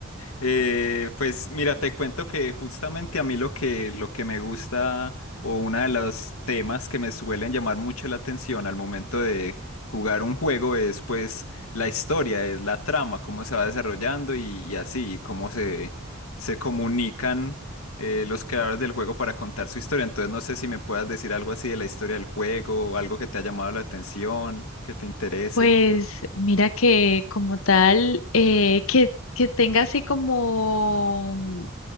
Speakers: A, on the left; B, on the left.
A: Eh, pues mira, te cuento que justamente a mí lo que, lo que me gusta o uno de los temas que me suelen llamar mucho la atención al momento de jugar un juego es pues la historia, es la trama, cómo se va desarrollando y, y así, cómo se, se comunican eh, los creadores del juego para contar su historia. Entonces no sé si me puedas decir algo así de la historia del juego, algo que te ha llamado la atención, que te interese.
B: Pues mira que como tal, eh, que, que tenga así como